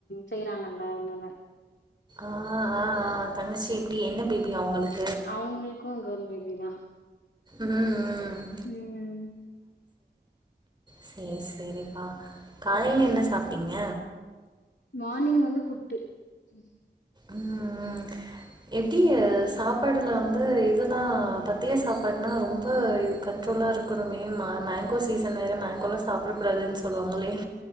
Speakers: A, on the left; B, on the right.
A: செய்றாங்கல்ல அதனால
B: ஆ ஆ ஆ தங்கச்சி எப்டி என்ன பேபி அவங்களுக்
A: அவங்களுக்கு கேல் பேபி தா
B: ம் ம்
A: ம் ம்
B: சேரி சேரிப்பா காலேல என்ன சாப்டிங்க
A: மானிங் வந்து புட்டு ம்
B: ஆ ஆ எ எப்டிய சாப்பாடுல வந்து இதெல்லா பத்தியே சாப்பாடுனா ரொம்ப இது கண்ரோலா இரு இருக்கணுமே மா மேங்கோ சீசன் வேற மேங்கோலா சாப்டக்கூடாதுன்னு சொல்லுவாங்ளே